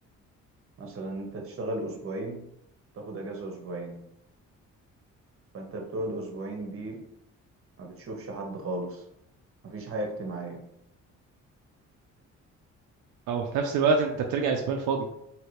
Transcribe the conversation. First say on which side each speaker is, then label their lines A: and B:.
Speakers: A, on the right; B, on the right.
A: مثلا أنت تشتغل أسبوعين تاخد أجازة أسبوعين فأنت بتقعد أسبوعين دي ما بتشوفش حد خالص مفيش حياة اجتماعية
B: او في نفس الوقت انت بترجع اسبان فاضي